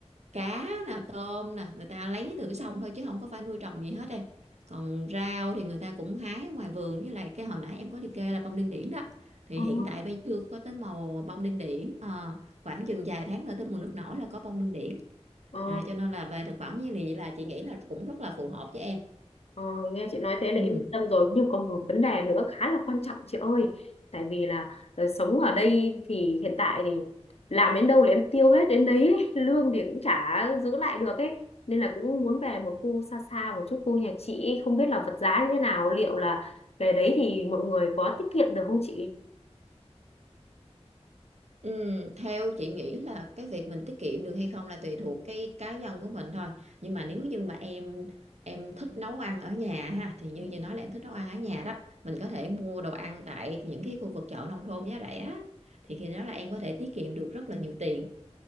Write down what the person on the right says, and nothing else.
cá nè tôm nè người ta lấy thử xong thôi chứ không có phải nuôi trồng gì hết em còn rau thì người ta cũng hái ở ngoài vườn với lại cái hồi nãy em có liệt kê là bông điên điển đó thì
hiện tại bây giờ chưa có tới màu bông điên điển Ờ, khoảng chừng vài tháng nữa tới mùa nước nổi là có bông điên điển
à, cho nên là về thực phẩm như vậy là chị nghĩ là cũng rất là phù hợp với em
ừ.
Ừ, theo chị nghĩ là cái việc mình tiết kiệm được hay không là tùy thuộc cái cá nhân của mình thôi. Nhưng mà nếu như mà em em thích nấu ăn ở nhà ha thì như
chị nói là em thích nấu ăn ở nhà đó, mình có thể mua đồ ăn tại những cái khu vực chợ nông thôn giá rẻ thì khi đó là em có thể tiết kiệm được rất là nhiều tiền.